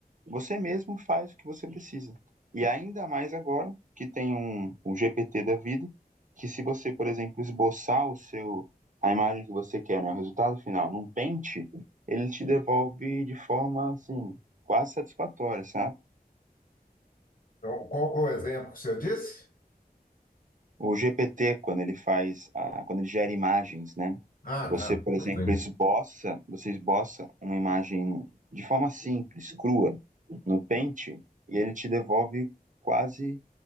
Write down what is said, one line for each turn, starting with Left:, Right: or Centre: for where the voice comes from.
Right: você mesmo faz o que você precisa. E ainda mais agora que tem um, um GPT da vida, que se você, por exemplo, esboçar o seu a imagem que você quer, né, o resultado final, num pente, ele te devolve de forma assim quase satisfatória, sabe?
Left: Então, qual que é o exemplo que você disse?
Right: O GPT quando ele faz a, quando ele gera imagens, né?
Left: Ah,
Right: Você,
Left: tá.
Right: por exemplo,
Left: Sim.
Right: esboça, você esboça uma imagem de forma simples, crua, no Paint, e ele te devolve quase